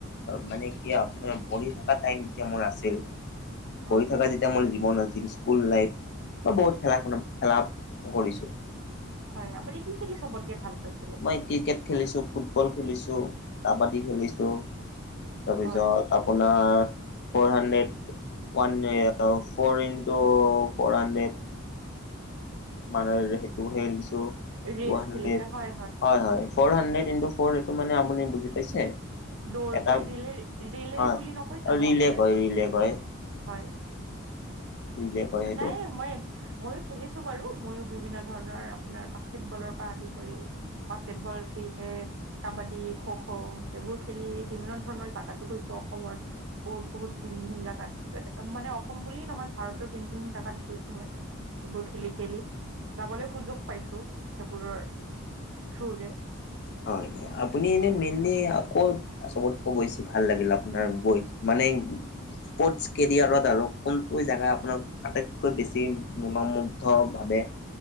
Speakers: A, on the left; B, on the right.
A: মানে এতিয়া আপোনাৰ পঢ়ি থকা টাইম যেতিয়া মোৰ আছিল
B: হয়
A: পঢ়ি থাকোতে মোৰ জীৱন আছিল স্কুল লাইফ বা বহুত খেলাখন খেলা কৰিছো
B: হয় আপুনি কি খেলি চবতকে ভাল পাইছিল
A: মই ক্ৰিকেট খেলিছো ফুটবল খেলিছো কাবাডী খেলিছো তাৰপিছত
B: হয়
A: আপোনাৰ four hundred <unintelligible> four into four hundred মানে সেইটো দিছো
B: ৰেচ
A: ট হাণ্ড্ৰেড
B: খেলিছে হয়
A: হয় হয়। ফ'ৰ হাণ্ড্ৰেড ই ফ এইটো মানে আপুনি বুজি পাইছে।
B: দৌৰ
A: এটা
B: হয় লে ৰিলে
A: হয়
B: বুলি নকয়। জানো
A: ৰিলে
B: আপোনাৰ
A: কয়
B: সেইটো
A: ৰিলে
B: হয়।
A: কয় ৰিলে কয় সেইটো।
B: নাই মই। মইও খেলিছো বাৰু মইও বিভিন্ন ধৰণৰ আপোনাৰ বাস্কেটবলৰ, পৰা আদি কৰি বাস্কেটবল, ক্ৰিকেট, কাবাডী, খ খ, ' এইবোৰ খেলি বিভিন্ন ধৰণৰ জাগাতো গৈছো। অসমৰ বহুত বহুত ভিন ভিন জাগাত মানে অসম বুলিয়েই নহয় ভাৰতৰ ভিন ভিন জাগাত গৈছো। মই সেইবোৰ খেলি খেলি যাবলৈ সুযোগ পাইছো। সেইবোৰৰ থ্ৰোৰে
A: হয়। আপুনি এনে মেইনলি আকৌ'- চবতকৈ বেছি ভাল লাগিল আপোনাৰ গৈ মানে। স্পৰ্টছ কেৰিয়াৰত আৰু কোনটো জেগা আপোনাৰ আটাইতকৈ বেছি মোনা নামোন অ ভাৱে